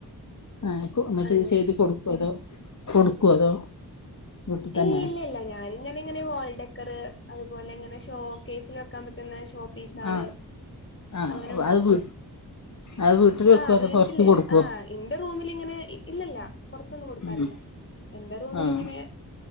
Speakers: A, on the left; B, on the left.
A: അ ഇങ്ങക്ക്
B: അങ്ങനെ
A: ചെയ്ത് കൊടുക്കെ അതോ കൊടുക്കോ അതോ വീട്ടിൽ തന്നെ
B: ഏയ് ഇല്ല ഇല്ല ഞാൻ ഇങ്ങനെ ഇങ്ങനെ വോൾ ഡെക്കർ അതുപോലെ ഉങ്ങനെ ഷോകേസിൽ വെക്കാൻ പറ്റുന്ന ഷോപ്പ പിസാള്
A: ആഹ് ആഹ്
B: അങ്ങനെ ഉണ്ടാക്കും
A: അത് വീ അത് വീട്ടിൽ വെക്കോ
B: ആഹ്
A: അതോ
B: വീട്ടില്
A: പൊറത്ത് കൊടുക്കോ
B: ആഹ് എന്റെ റൂമിലിങ്ങനെ ഇല്ലല്ല പുറത്തൊന്നും കൊടുക്കാറില്ല
A: ഉം
B: എന്റെ റൂമിലിങ്ങനെ
A: ആഹ്